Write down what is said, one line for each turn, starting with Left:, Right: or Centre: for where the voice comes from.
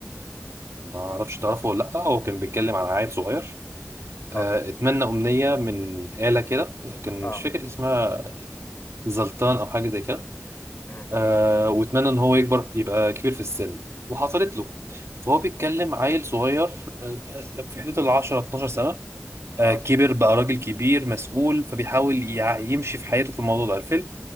Right: ما اعرفش تعرفه ولا لا هو كان بيتكلم عن عيل صغير
Left: اه
Right: آه اتمنى امنيه من آلة كده كان
Left: اه
Right: مش فاكر اسمها زلطان او حاجه زي كده
Left: مم.
Right: آه واتمنى ان هو يكبر يبقى كبير في السن وحصلت له فهو بيتكلم عيل صغير آه، آه، في حدود ال 10 12 سنه
Left: اه
Right: آه، كبر بقى راجل كبير مسؤول فبيحاول يع- يمشي في حياته في الموضوع ده الفيلم